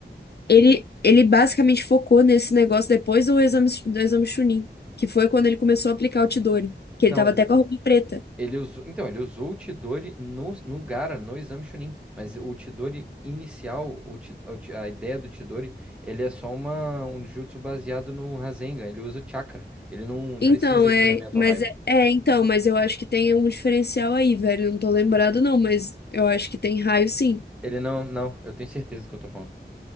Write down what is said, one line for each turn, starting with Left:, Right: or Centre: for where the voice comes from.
Left: Ele ele basicamente focou nesse negócio depois do exame do exame Chunin, que foi quando ele começou a aplicar o Chidori. Que
Centre: Não,
Left: ele tava até com a roupa preta.
Centre: Ele usou, então, ele usou o Chidori no, no Gaara, no exame Chunin, mas o Chidori inicial, o, Chi- o Chi- a ideia do Chidori, ele é só uma, um jutsu baseado no Rasengan, ele usa o chakra, ele não
Left: Então,
Centre: precisa
Left: é,
Centre: do elemento
Left: mas
Centre: raio.
Left: é, é, então, mas eu acho que tem um diferencial aí, velho. Eu Não tô lembrado, não, mas eu acho que tem raio sim.
Centre: Ele não, não, eu tenho certeza do que eu tô falando.